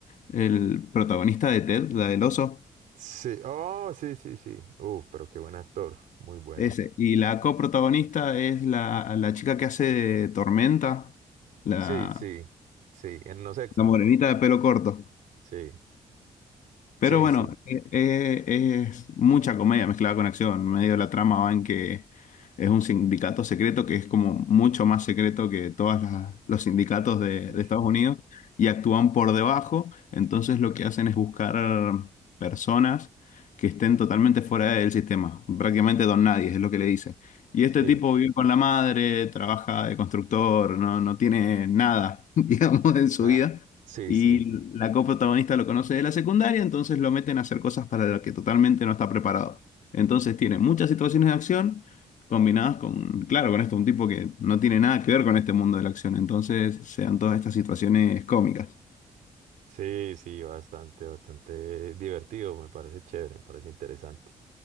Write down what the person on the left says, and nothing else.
el protagonista de Ted, la del oso.
Ese. Y la coprotagonista es la, la chica que hace de Tormenta, la,
la morenita de pelo corto.
Pero
bueno,
eh, eh, es mucha comedia mezclada con acción. Medio de la trama va en que es un sindicato secreto que es como mucho más secreto que todos los sindicatos de,
de Estados Unidos y actúan por debajo. Entonces lo que hacen es buscar personas que estén totalmente fuera del sistema. Prácticamente don nadie, es lo que le dice. Y este
tipo vive con la madre, trabaja de constructor, no, no tiene nada, <laughs> digamos, en su
vida.
Y
la coprotagonista lo conoce de la secundaria, entonces lo meten a hacer cosas para las que totalmente no está preparado. Entonces tiene muchas situaciones de acción combinadas con, claro, con esto, un tipo que no tiene nada que ver con este mundo de la acción. Entonces se dan todas estas situaciones cómicas.